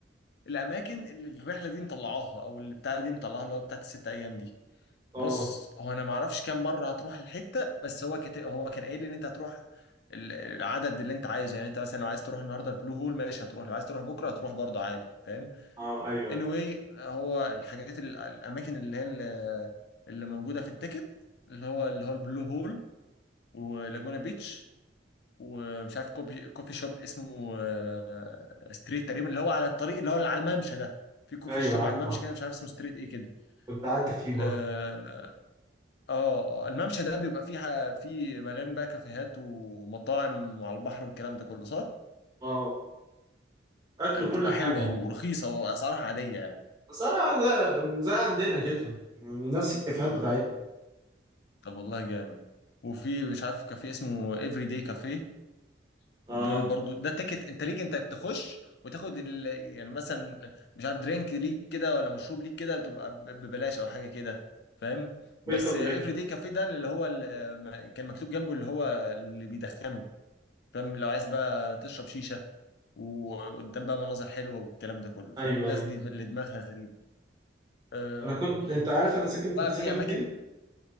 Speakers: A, on the left; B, on the right.
A: الاماكن اللي الرحله دي مطلعاها او اللي بتاع دي مطلعاها اللي هو بتاعت الست ايام دي
B: اه
A: بص هو انا ما اعرفش كام مره هتروح الحته بس هو كت... هو كان قايل ان انت هتروح ال- العدد اللي انت عايزه يعني انت مثلا لو عايز تروح النهارده البلو هول ماشي هتروح لو عايز تروح بكره هتروح برضه عادي فاهم
B: اه ايوه
A: anyway
B: ايوه
A: هو الحاجات ال- الاماكن اللي هي ال- اللي موجوده في التيكت اللي هو اللي هو البلو هول ولاجونا بيتش ومش عارف كوفي كوفي شوب اسمه آه، ستريت تقريبا اللي هو على الطريق اللي هو اللي على الممشى ده في كوفي
B: ايوه
A: شوب
B: عارف
A: على الممشى
B: عارف.
A: كده مش عارف اسمه ستريت ايه كده
B: كنت قعدت فيه برضه
A: آه، اه آه، الممشى ده بيبقى فيه ح- فيه مليان بقى كافيهات ومطاعم وعلى البحر والكلام ده كله صح؟
B: اه اكل
A: بتبقى
B: وكل حاجة
A: حلوة
B: يعني.
A: ورخيصة وأسعارها عادية يعني
B: بس انا زي, زي عندنا كده يعني نفس الكافيهات
A: اه
B: بتاعتنا
A: طب والله جامد وفي مش عارف كافيه اسمه افري داي كافيه
B: اه
A: دول برضو ده تيكت انت ليك انت تخش وتاخد ال... يعني مثلا مش عارف درينك ليك كده ولا مشروب ليك كده بتبقى ب- ببلاش او حاجه كده فاهم بس
B: ويلكم درينك
A: افري داي كافيه ده اللي هو ال... كان مكتوب جنبه اللي هو اللي بيدخنه فاهم لو عايز بقى تشرب شيشه وقدام بقى مناظر حلوه والكلام ده كله فاهم
B: ايوه
A: الناس
B: ايوه
A: دي من اللي دماغها غريبه أم...
B: انا كنت انت عارف
A: آه،
B: انا ساكن
A: وبقى
B: كنت ساكن
A: في اماكن
B: فين